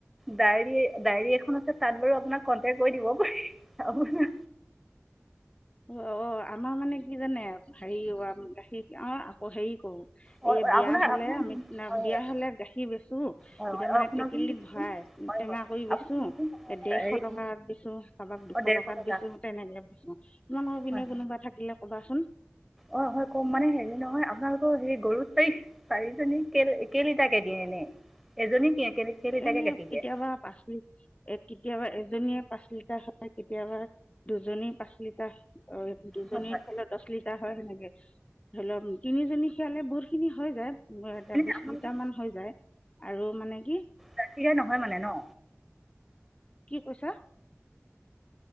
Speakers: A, in the centre; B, on the left.
A: ডায়েৰী ডায়েৰী এখন আছে তাত বাৰু আপোনাক কন্টেক কৰি দিব পাৰি
B: অ অ আমাৰ মানে কি জানে হেৰি গাখীৰ অ আকৌ হেৰি কৰো
A: হয়
B: এই
A: হয়
B: বিয়া
A: আপোনাৰ
B: হলে
A: আপোনাৰ
B: আমি
A: যোন- হয়
B: বিয়া
A: হয়
B: হলে গাখীৰ বেচো
A: হয়
B: এতিয়া
A: হয়
B: মানে
A: আপোনাৰ
B: টেকেলিত
A: যোন-
B: ভৰাই
A: হয়
B: টেঙা
A: হয়
B: কৰি
A: আপুনি
B: বেচো
A: কিমান
B: ডেৰশ
A: হেৰি
B: টকাত বেচো কাৰোবাক দুশ
A: অ ডেৰশ
B: টকাত
A: টকা
B: বেচো তেনেকে বেচো আপোনালোকৰ
A: হয়
B: পিনে
A: হয়।
B: কোনোবা থাকিলে কবাচোন
A: অ হয় কম মানে হেৰি নহয় আপোনালোকৰ হেৰি গৰু চাৰি চাৰিজনী কেইলিটাকে দিয়ে এনে এজনী কেইলিটাৰকে
B: এনেই
A: গাখীৰ
B: কেতিয়াবা
A: দিয়ে
B: পাঁচ লি এ কেতিয়াবা এ দুজনীয়ে পাঁচ লিটাৰ সাত কেতিয়াবা দুজনী পাঁচ লিটাৰ অ দুজনীৰ
A: হয় হয়
B: খিৰালে দহ লিটাৰ হয় সেনেকে ধৰি লওক তিনিজনী খিয়ালে বহুতখিনি হৈ যায় বৰ এটা
A: এনে
B: বিশ
A: আপোনালোকৰ
B: লিটাৰ মান হৈ যায় আৰু মানে কি
A: জাৰ্চী গাঁই নহয় মানে ন
B: কি কৈছা